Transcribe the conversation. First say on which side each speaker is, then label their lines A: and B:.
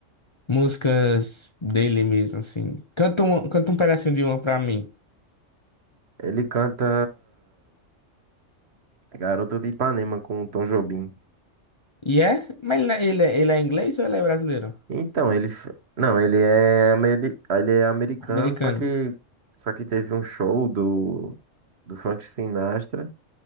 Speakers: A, on the left; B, on the right.
A: músicas dele mesmo, assim. Canta um, canta um pedacinho de uma pra mim.
B: Ele canta Garoto de Ipanema com o Tom Jobim.
A: E é? Mas ele, ele, é- ele é inglês ou ele é brasileiro?
B: Então, ele. f- Não, ele é, ameri- ele é americano,
A: Americano.
B: só que, só que teve um show do, do Frank Sinatra